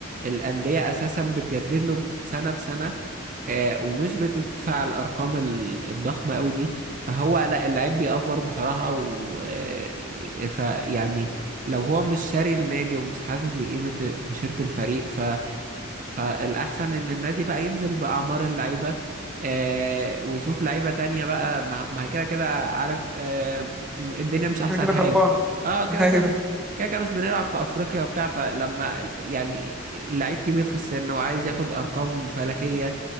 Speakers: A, on the right (about 40°); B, in the centre.
A: الأندية اساسا بتجدد له سنة بسنة آه، ومش بتدفع الارقام ال- الضخمة قوي دي فهو لا اللعيب بيأفور بصراحة و آه، فيعني لو هو مش شاري النادي ومش حاسس بقيمة تيشيرت الفريق فالأحسن إن النادي بقى ينزل بأعمار اللعيبة آه ويشوف لعيبة تانية بقى ما ما هي كده كده عارف آه م- الدنيا مش أحسن
B: كده كده
A: حاجة
B: خربانه
A: اه كده
B: <laughs> ايوه
A: كده مش كده كده مش بنلعب في أفريقيا وبتاع فلما يعني لعيب كبير في السن وعايز ياخد أرقام فلكية